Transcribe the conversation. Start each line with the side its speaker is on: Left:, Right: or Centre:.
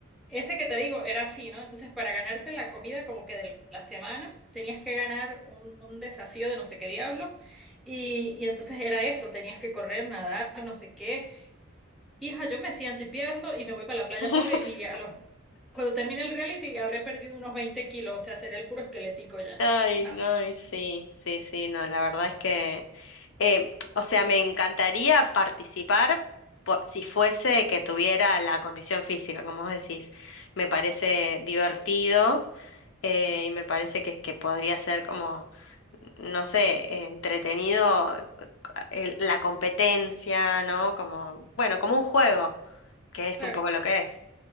Centre: Ese que te digo era así, ¿no? Entonces, para ganarte la comida como que de la semana, tenías que ganar un, un desafío de no sé qué diablo. Y, y entonces era eso, tenías que correr, nadar, no sé qué. Hija, yo me siento y pierdo y me voy para la playa
Left: <laughs>
Centre: pobre y a los... cuando termine el reality habré perdido unos 20 kilos, o sea, seré el puro esquelético ya.
Left: Ay,
Centre: No,
Left: no, y sí, sí, sí, no, la verdad es que... eh, o sea, me encantaría participar por, si fuese que tuviera la condición física, como vos decís. Me parece divertido. eh, y me parece que, que podría ser como, no sé, eh, entretenido el- la competencia, ¿no? Como, bueno, como un juego, que es
Centre: claro,
Left: un poco lo que es,